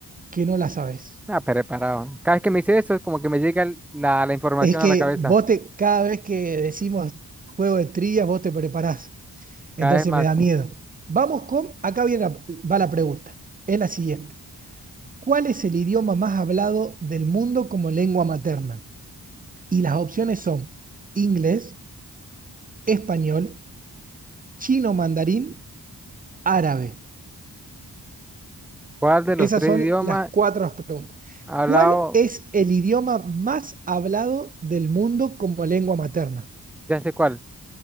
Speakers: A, on the right; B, in the centre.
A: que no la sabes.
B: Ah, preparado. Cada vez que me dice eso, es como que me llega el- la, la información
A: Es que
B: a la cabeza.
A: vos te, cada vez que decimos juego de trivia, vos te preparás.
B: Cada
A: Entonces
B: vez más.
A: me da miedo. Vamos con, acá viene la- va la pregunta. Es la siguiente. ¿Cuál es el idioma más hablado del mundo como lengua materna? Y las opciones son inglés, español, chino mandarín, árabe.
B: ¿Cuál de los
A: Esas
B: tres
A: son
B: idiomas
A: las cuatro preguntas.
B: ha
A: ¿Cuál
B: hablado?
A: es el idioma más hablado del mundo como lengua materna?
B: Ya sé cuál.